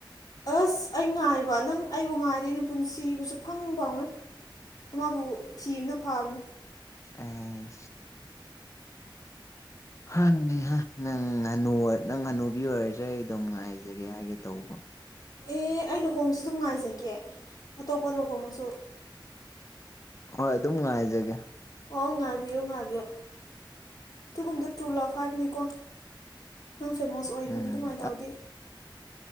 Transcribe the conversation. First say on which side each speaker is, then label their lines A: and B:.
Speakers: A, on the left; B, on the left.
A: ꯑꯁ ꯑꯩ ꯉꯥꯏꯕ ꯅꯪ ꯑꯩꯕꯨ ꯉꯥꯏꯗꯤꯦ ꯅꯪ ꯄꯨꯟꯁꯤꯕꯨꯁꯨ ꯐꯪ ꯐꯪꯣꯏ ꯑꯃꯕꯨ ꯊꯤ ꯑꯃꯅ ꯐꯥꯕꯅꯤ
B: ꯑ ꯍꯅꯤ ꯅꯪ ꯉꯥꯅꯨ ꯅꯪ ꯉꯥꯅꯨꯕꯤ ꯑꯣꯏꯔꯁ ꯑꯩ ꯑꯗꯨꯝ ꯉꯥꯏꯖꯒꯦ ꯍꯥꯏꯒꯦ ꯇꯧꯕ
A: ꯑꯦ ꯑꯩ ꯂꯨꯍꯣꯡꯁꯨ ꯑꯗꯨꯝ ꯉꯥꯏꯖꯒꯦ ꯑꯇꯣꯞꯄ ꯂꯨꯍꯣꯡꯁꯨ
B: ꯍꯣꯏ ꯑꯗꯨꯝ ꯉꯅꯨꯡꯉꯥꯏꯖꯒꯦ
A: ꯑꯣ ꯉꯥꯏꯕꯤꯌꯣ ꯉꯥꯏꯕꯤꯌꯣ ꯑꯗꯨꯒꯨꯝꯕꯗ ꯇꯨ ꯂꯥꯛ ꯐꯥꯏꯕꯅꯤꯀꯣ ꯅꯪ ꯐꯦꯃꯣꯁ ꯑꯣꯏꯈ꯭ꯔꯅꯤ
B: ꯎꯝ
A: ꯑꯗꯨꯃꯥꯏꯅ ꯇꯧꯗꯤ